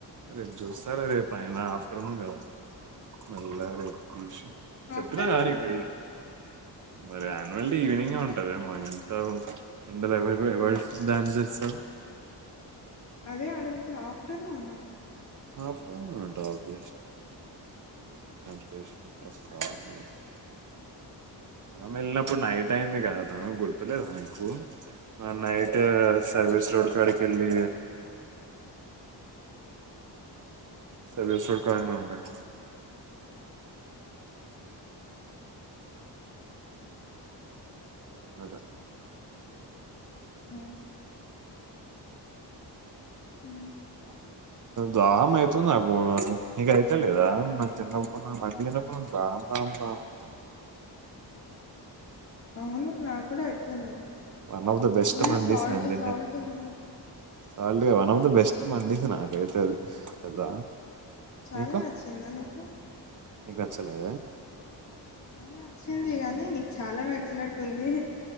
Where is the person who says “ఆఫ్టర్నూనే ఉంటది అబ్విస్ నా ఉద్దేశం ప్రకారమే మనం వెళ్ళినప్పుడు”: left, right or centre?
Right